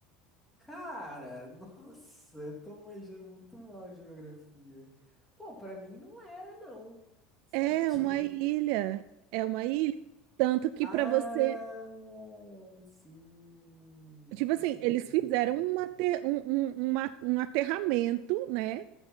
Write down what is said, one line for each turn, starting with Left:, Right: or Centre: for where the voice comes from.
Centre: Cara, nossa, eu tô manjando muito mal de geografia. Pô, pra mim não era, não. Você
Right: É
Centre: tá mentindo.
Right: uma ilha. É uma ilha. Tanto que
Centre: Ah,
Right: para você.
Centre: sim,
Right: Tipo assim,
Centre: tô vendo.
Right: eles fizeram um, ate- um, um, uma- um aterramento, né?